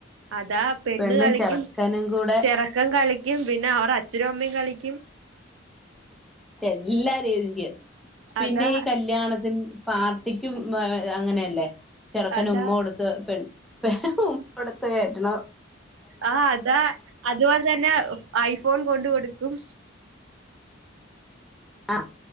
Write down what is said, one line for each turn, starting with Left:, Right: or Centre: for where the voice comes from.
Right: അതാ പെണ്ണ്
Centre: പെണ്ണും
Right: കളിക്കും
Centre: ചെറുക്കനും കൂടെ
Right: ചെറക്കം കളിക്കും പിന്നെ അവർ അച്ഛനും അമ്മയും കളിക്കും
Centre: എല്ലാ രീതിൻ്റെയാ പിന്നെ
Right: അതാ
Centre: ഈ കല്യാണത്തി പാർട്ടിക്കും അങ്ങനെയല്ലേ ചെറുക്കൻ
Right: അതാ
Centre: ഉമ്മ കൊടുത്ത് പെൺ ഇപ്പ ഉമ്മക്കൊടുത്ത് കയറ്റണോ
Right: ആ അതാ അതുപോലെ തന്നെ ഐഫോൺ കൊണ്ട് കൊടുക്കും
Centre: ആ